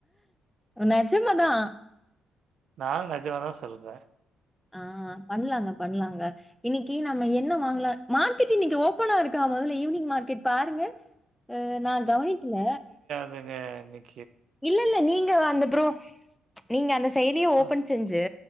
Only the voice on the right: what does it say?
நானு நெஜமாதா சொல்றே
இருங்க இன்னக்
அஹ்